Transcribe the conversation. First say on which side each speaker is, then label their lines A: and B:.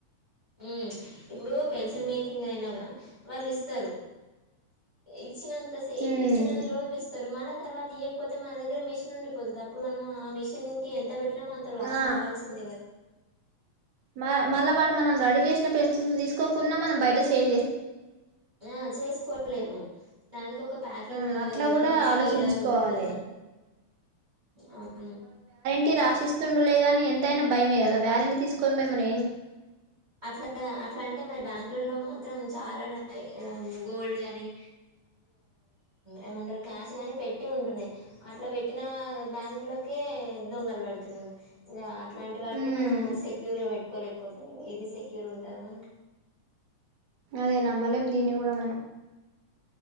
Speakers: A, on the right (about 40°); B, on the right (about 75°).
A: మ్ ఇప్పుడు పెన్సిల్ మేకింగ్ అయిన గుడ వాళ్ళు ఇస్తారు. ఇచ్చినంత సే
B: హ్మ్
A: ఇచ్చినన్ని రోజులు ఇస్తరు మళ్ళ తర్వాత ఇయ్యకపోతే మన దగ్గర మిషన్ ఉండిపోతది అప్పుడు మనం ఆ మీషన్ ఎంత పెట్టినమో అంత లాస్
B: ఆ
A: కావాల్సిందే కదా
B: మ మళ్ళా వాడు మనం రెడీ చేసిన పెన్సిల్స్ తీసుకోకున్నా మనం బయట సేల్ చేసుకోలేము.
A: ఆ చేసుకోలేము దానికి ఒక ప్యాకింగ్
B: ఆ అట్లా
A: ఏదన్నా
B: కూడా
A: సీల్
B: ఆలోచించుకోవాలి
A: అది ఉంటది గదా అవును
B: టి రాసిస్తుండులేగాని ఎంతైనా భయమే గదా వారంటీ తీసుకొని మేం ఏం చేస్తాం
A: అట్ల అట్ల అంటే మరి బ్యాంకులలో మాత్రం చాలా గోల్డ్ గానీ ఏమంటారు క్యాష్ గాని పెట్టి ఉంటున్నయి అట్ల పెట్టిన బ్యాంకులకే దొంగలు పడుతున్నరు. ఇ ఇట్లాంటి వాటిని
B: హ్మ్
A: మనం సెక్యూర్గా పెట్కోలే ఇది సెక్యూర్ ఉంటదా మనక్
B: అదే నమ్మలేం దీన్ని గూడా మనం.